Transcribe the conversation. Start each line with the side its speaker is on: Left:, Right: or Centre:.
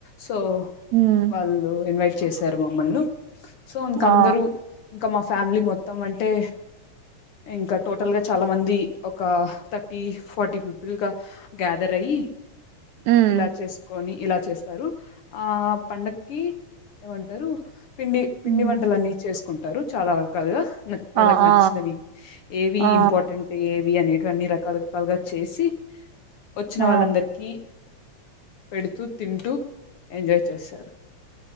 Left: సో
Right: ఉమ్
Left: వాళ్ళు ఇన్వైట్ చేశారు మమ్మల్ను సో ఇంకందరు
Right: ఆ
Left: ఇంకా మా ఫ్యామిలీ మొత్తం అంటే ఇంకా టోటల్ గా చాలా మంది ఒక థర్టీ ఫార్టీ పీపుల్గా గ్యాధరయ్యి
Right: ఉమ్
Left: ఇలా చేస్కొని ఇలా చేస్తారు ఆ పండక్కి ఏమంటరు పిండి పిండి
Right: ఉమ్,
Left: వంటలన్నీ చేస్ కుంటారు చాలా రకాలుగా న వాళ్ళకి
Right: ఆ
Left: నచ్చినవి
Right: ఆ
Left: ఏవి
Right: ఆ
Left: ఇంపార్టెంట్ ఏవ్ వి అనేటువన్నీ రకాల రకాలుగా చేసి వచ్చిన
Right: ఆ
Left: వాళ్ళందరికి పెడుతూ తింటూ ఎంజాయ్ చేశారు